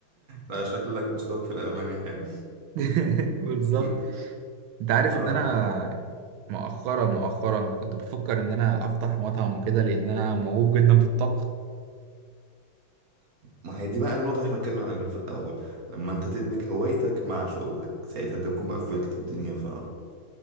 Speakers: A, on the right; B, on the right.
A: لا شكلك مستواك في الألماني حلو
B: <laughs> بالظبط
A: <laughs>
B: انت عارف
A: اه
B: ان انا مؤخرا مؤخرا كنت بفكر ان انا افتح مطعم وكده لان انا موهوب جدا في الطبخ
A: ما هي دي بقى النقطة اللي احنا اتكلمنا عليها في الأول لما انت تدمج هوايتك مع شغلك ساعتها انت بتكون بقى قفلت الدنيا ف